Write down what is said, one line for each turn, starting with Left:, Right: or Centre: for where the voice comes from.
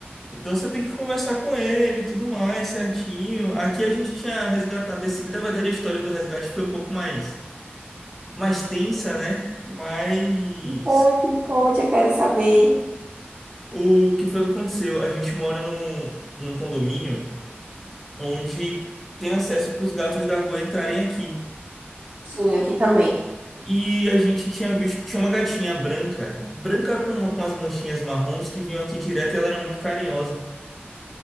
Centre: Então você tem que conversar com ele e tudo mais, certinho. Aqui a gente tinha resgatado esse, na verdade a história do resgate foi um pouco mais mais tensa, né? Mas
Right: Me conte, me conte, eu quero saber.
Centre: o que foi que aconteceu? A gente mora num, num condomínio onde tem acesso para os gatos da rua entrarem aqui.
Right: Sim, aqui também.
Centre: E a gente tinha visto, tinha uma gatinha branca, branca com, uma, com as manchinhas marrons que vinham aqui direto e ela era muito carinhosa.